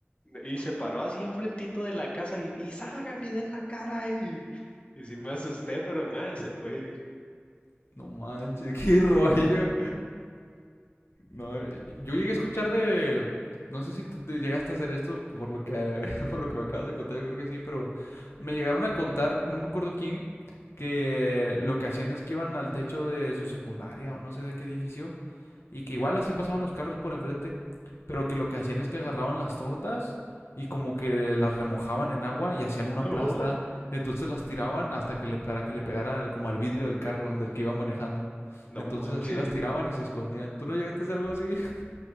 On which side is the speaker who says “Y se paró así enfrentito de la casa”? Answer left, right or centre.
Left